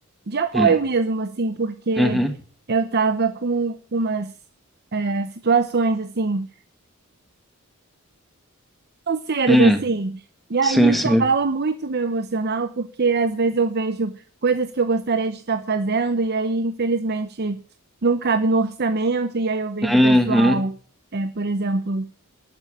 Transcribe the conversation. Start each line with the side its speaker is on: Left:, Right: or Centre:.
Right: de apoio
Centre: Hum,
Right: mesmo, assim, porque
Centre: uhum,
Right: eu tava com umas é, situações, assim, financeiras,
Centre: hum,
Right: assim. E aí
Centre: sim,
Right: isso
Centre: sim.
Right: abala muito o meu emocional, porque às vezes eu vejo coisas que eu gostaria de estar fazendo, e aí, infelizmente, não cabe no orçamento, e aí eu vejo
Centre: Uhum,
Right: o pessoal, é, por exemplo,